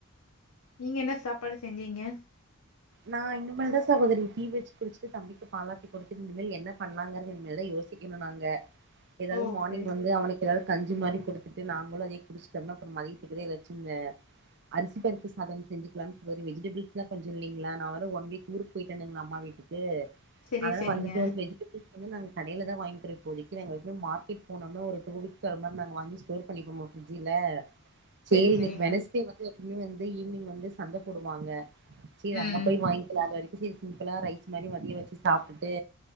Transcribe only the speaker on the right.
நா இனிமல்தா சகோதரி டீ வச்சு குடுச்சுட்டு தம்பிக்கு பாலாத்தி குடுத்துட்டு இனிமல் என்ன பண்லாங்கறத இனிமேல் தா யோசி க்கனு நாங்க எதாவ்து
மார்னிங்
வந்து அவனுக் எதாவ்து கஞ்சி மாரி குடுத்துட்டு நாங்களு அதே குடிச்சிட்டம்னா அப்றோ மதியத்துக்குதே எதாச்சு <unintelligible> அரிசிபருப்பு சாதம் செஞ்சிக்லா வெஜிடபிள்ஸ்லா கொஞ்சொ இல்லிங் ல்ல நா வேற ஒன் வீக் ஊருக்கு போயிட்டு வந்தேங்ளா அம்மா வீட்டுக்கு
அதனால
வந்துட்டு வெஜிடபிள்ஸ் வந்து நாங்க கடைல தா வாய்ன்க்றோ இப்போதைக்கி நாங்க வந்து மார்க்கெட் போனம்னா ஒரு டூ வீக்ஸ் வர மாரி நாங்க வாங்கி ஸ்டோர் பண்ணிக்குவோமா ஃப்ரிட்ஜில்ல சேரி
இன்னக்கி
வெனஸ்டே வந்து எப்பமே வந்து ஈவ்னிங் வந்து சந்த போடுவாங்க சேரி அங்க
போய் வாய்ன்க்கலா அது வரைக்கு செரி சிம்பிளா ரைஸ் மாரி மதியோ வச்சு சாப்ட்டுட்டு